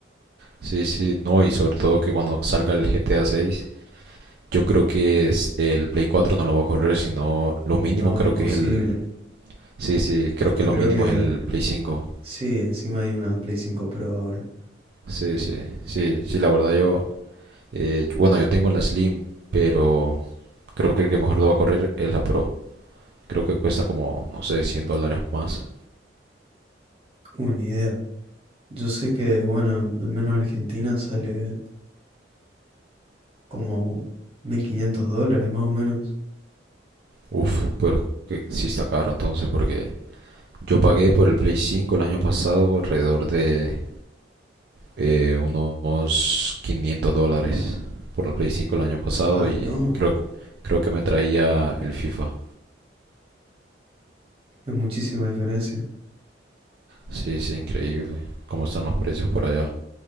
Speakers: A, on the right; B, on the right.
A: Sí, sí. No, y sobre todo que cuando salga el GTA 6, yo creo que es- el Play 4 no lo va a correr, sino lo mínimo
B: No,
A: creo
B: imposible.
A: que es el... Sí, sí,
B: Hasta
A: creo que lo
B: creo
A: mínimo
B: que
A: es el Play 5.
B: Sí, encima hay una Play 5 Pro ahora.
A: Sí, sí, sí, sí, la verdad yo... eh, yo- bueno, yo tengo la Slim, pero creo que el que mejor lo va a correr es la Pro. Creo que cuesta como, no sé, 100 dólares más.
B: Una idea. Yo sé que, bueno, al menos en Argentina sale como 1.500 dólares más o menos.
A: Uf, pero que sí está caro entonces porque yo pagué por el Play 5 el año pasado alrededor de eh, unos 500 dólares por el Play 5 el año pasado
B: Ay,
A: y
B: no,
A: creo, que- creo que me traía el FIFA.
B: es muchísima diferencia.
A: Sí, sí, increíble cómo están los precios por allá.